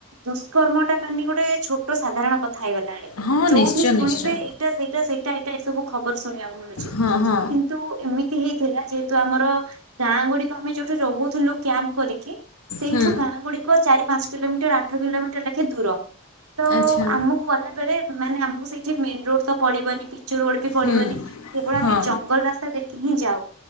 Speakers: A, on the right (about 85°); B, on the left (about 85°).
A: ଦୁଷ୍କର୍ମ ଟା ମାନେ ଗୋଟେ ଛୋଟ ସାଧାରଣ କଥା ହେଇଗଲାଣି
B: ହଁ
A: ଯୋଉଠି
B: ନିଶ୍ଚୟ
A: ଶୁଣିବେ
B: ନିଶ୍ଚୟ
A: ଏଇଟା ସେଇଟା ସେଇଟା ଏଇଟା ଏଇ ସବୁ ଖବର ଶୁଣିବାକୁ ମିଳୁଛି
B: ହଁ ହଁ
A: କିନ୍ତ ଏମିତି ହେଇଥିଲା ଯେହେତୁ ଆମର ଗାଁ ଗୁଡିକ ଆମେ ଯୋଉଠି ରହୁଥିଲୁ କ୍ୟାମ୍ପ କରିକି ସେଇଠୁ
B: ହୁଁ
A: ଗାଁ ଗୁଡିକ ଚାରି ପାଞ୍ଚ କିଲୋମିଟର ଆଠ କିଲୋମିଟର ଲେଖା ଦୂର ତ
B: ଆଚ୍ଛା
A: ଆମକୁ ଗଲା ବେଳେ ମାନେ ଆମକୁ ସେଇଠି ମେନ ରୋଡ ତ ପଡିବନି ପିଚୁ ରୋଡ ବି ପଡିବନି
B: ହୁଁ
A: କେବଳ
B: ହଁ
A: ଆମେ ଜଙ୍ଗଲ ରାସ୍ତା ଦେଖିକି ହିଁ ଯାଉ